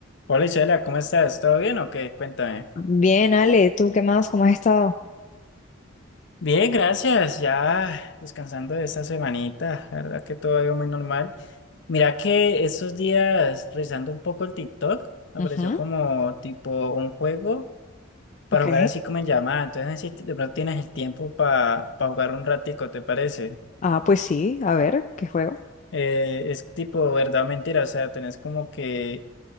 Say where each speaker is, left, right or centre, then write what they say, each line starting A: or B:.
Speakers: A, on the left; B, on the left.
A: Hola Isela, ¿cómo estás? ¿Todo bien o qué? Cuéntame.
B: Bien, Ale, ¿tú qué más? ¿Cómo has estado?
A: Bien, gracias. Ya descansando de esta semanita. La verdad que todo ha ido muy normal. Mira que estos días, revisando un poco el TikTok, apareció
B: Ujú.
A: como tipo un juego para
B: Ok.
A: jugar así como en llamada. Entonces, no sé si de pronto tienes el tiempo para jugar un ratico, ¿te parece?
B: Ah, pues sí, a ver, ¿qué juego?
A: Eh, es tipo verdad o mentira. O sea, tenés como que